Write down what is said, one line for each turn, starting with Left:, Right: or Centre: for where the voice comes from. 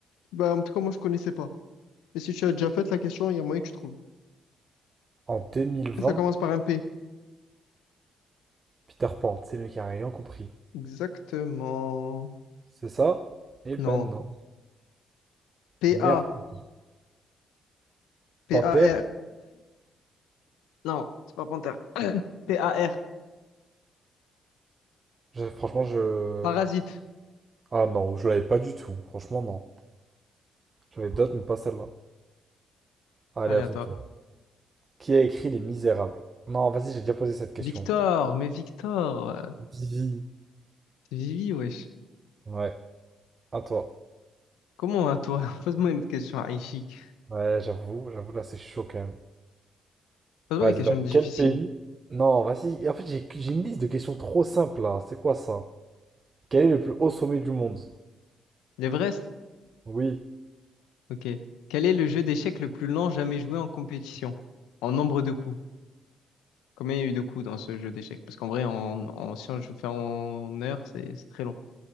Left: bah, en tout cas, moi, je connaissais pas. Mais si tu as déjà fait la question, il y a moyen que tu trouves.
Right: En 2020,
Left: Ça commence par un P.
Right: Peter Pan, c'est le mec qui a rien compris.
Left: Exactement.
Right: C'est ça? Eh
Left: Non.
Right: ben non.
Left: P-A.
Right: Meilleur film de
Left: P-A-R.
Right: panthère?
Left: Non, c'est pas panthère. P-A-R.
Right: Je- Franchement, je.
Left: Parasite.
Right: Ah non, je l'avais pas du tout. Franchement, non. J'avais d'autres, mais pas celle-là. Allez,
Left: Allez, à toi.
Right: attends. Qui a écrit Les Misérables? Non, vas-y, j'ai déjà posé cette question.
Left: Victor, mais Victor, euh,
Right: Vivi.
Left: c'est Vivi, wesh.
Right: Ouais, à toi.
Left: Comment à toi? <laughs> Pose-moi une autre question, Aïchik.
Right: Ouais, j'avoue, j'avoue, là c'est chaud quand même.
Left: Pose-moi
Right: Vas-y,
Left: des questions
Right: dans
Left: difficiles.
Right: quel pays? Non, vas-y. Et En fait, j'ai j'ai une liste de questions trop simples là. C'est quoi ça? Quel est le plus haut sommet du monde?
Left: L'Everest?
Right: Oui,
Left: Ok. Quel est le jeu d'échecs le plus lent jamais joué en compétition? En nombre de coups. Combien il y a eu de coups dans ce jeu d'échecs? Parce qu'en vrai, en, en, si on- je fais en heure, c'est c'est très long.